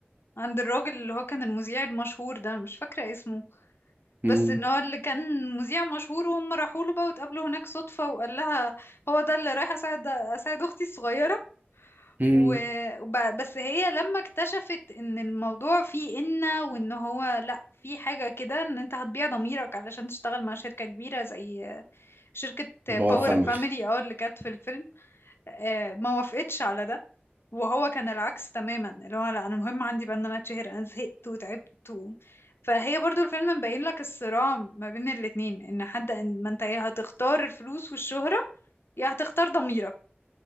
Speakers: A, on the left; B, on the right.
A: عند الراجل اللي هو كان المذيع المشهور ده أنا مش فاكرة اسمه بس
B: مم.
A: ان هو اللي كان مذيع مشهور وهم راحوا له بقى واتقابلوا هناك صدفة وقال لها هو ده اللي رايح اساعد اساعد اختي الصغيرة
B: مم.
A: و... وب- بس هي لما اكتشفت ان الموضوع فيه إنة وان هو لا في حاجة كده ان انت هتبيع ضميرك علشان تشتغل مع شركة كبيرة زي شركة
B: باور
A: باور
B: فاميلي
A: فاميلي اه اللي كانت في الفيلم آه، ما وافقتش على ده وهو كان العكس تماما اللي هو لا انا مهم عندي بقى ان انا اتشهر انا زهقت وتعبت و... فهي برضو الفيلم مبين لك الصراع ما بين الاتنين ان حد ان ما انت يا هتختار الفلوس والشهرة يا هتختار ضميرك